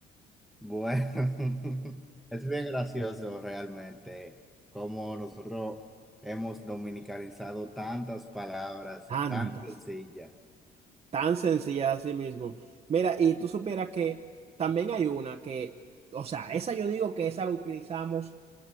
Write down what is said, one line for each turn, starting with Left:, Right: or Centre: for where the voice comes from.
Centre: Bueno, <laughs> es bien gracioso realmente cómo nosotros hemos dominicanizado tantas palabras
Right: Tantas,
Centre: tan sencillas.
Right: tan sencillas así mismo. Mira, y tú supieras que también hay una que, o sea, esa yo digo que esa la utilizamos